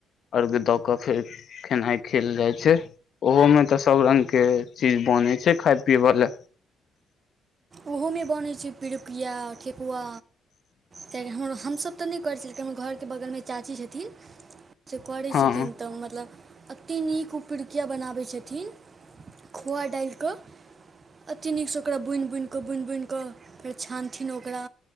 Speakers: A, on the left; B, on the right.
A: अर्घ द के फेर खेनाइ खेल जायत ओहोमे तऽ सब रंग के चीज बनै छैयखाय पियै बला।
B: ओहोमे बनैत छै पिरुकिया ठेकुआ किएकि हमर हमसभ तऽ नहि करै छलियिन हमर घरके बगलमे चाची छथिन करे
A: हँ
B: छथिन तऽ मतलब अते नीक खू पिरुकिया बनाबै छथिन खोआ डालिकऽ अति नीकसँ ओकरा बुनि बुनि कऽ बुनि बुनि कऽ फेर छानथिन ओकरा।